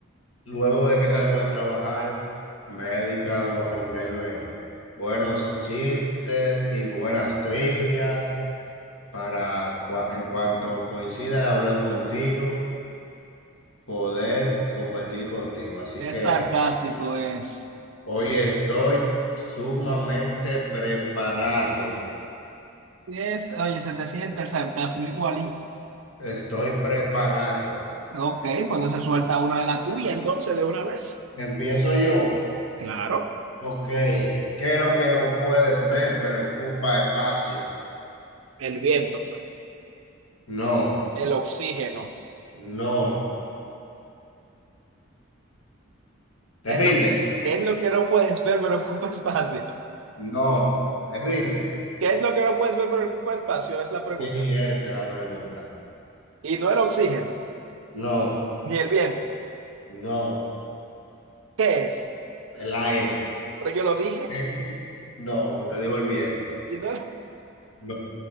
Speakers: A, on the left; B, on the right.
A: luego de que salgo de trabajar, me he dedicado a aprenderme buenos chistes y buenas trivias para, cua- en cuanto coincida hablar contigo, poder competir contigo. Así
B: Qué
A: que.
B: sarcástico es.
A: Hoy estoy sumamente preparado.
B: Es, oye, se te siente el sarcasmo igualito.
A: Estoy preparado.
B: Ok, pues entonces suelta una de la tuya, entonces, de una vez.
A: Empiezo yo.
B: Claro,
A: Ok. ¿Qué es lo que no puedes ver, pero ocupa espacio?
B: el viento,
A: No,
B: el oxígeno.
A: no. ¿Te
B: ¿Qué
A: rinde?
B: es lo que, qué es lo que no puedes ver pero ocupa espacio?
A: No. ¿Te rinde?
B: ¿Qué es lo que no puedes ver pero ocupa espacio? Es la pregunta.
A: Sí, esa es la pregunta.
B: Y no el oxígeno,
A: No,
B: ni el viento.
A: no.
B: ¿Qué es?
A: El aire.
B: Pero yo lo dije
A: <laughs> No, usted dijo el viento.
B: y no <laughs>
A: No.